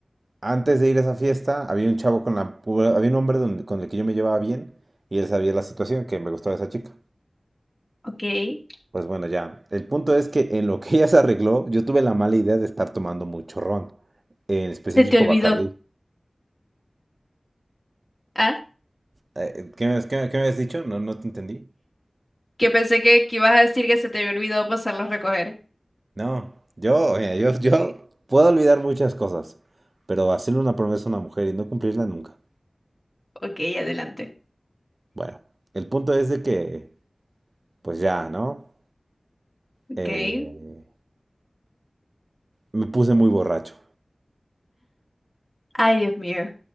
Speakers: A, on the right; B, on the left.
A: Antes de ir a esa fiesta, había un chavo con la... pura- Había un hombre donde- con el que yo me llevaba bien y él sabía la situación, que me gustaba esa chica.
B: okay.
A: Pues bueno, ya. El punto es que en lo que <laughs> ella se arregló, yo tuve la mala idea de estar tomando mucho ron, en específico
B: Se te olvidó.
A: Bacardí.
B: Ah,
A: Eh, ¿qué me, qué- me- qué me has dicho? No, no te entendí.
B: <laughs> que pensé que, que ibas a decir que se te había olvidado pasarlo a recoger.
A: No, yo, mira, yo, yo
B: Okay,
A: puedo olvidar muchas cosas, pero hacerle una promesa a una mujer y no cumplirla nunca.
B: okay, adelante.
A: Bueno, el punto es de que, pues ya, ¿no?
B: Okay.
A: Eh, me puse muy borracho.
B: Ay, Dios mío.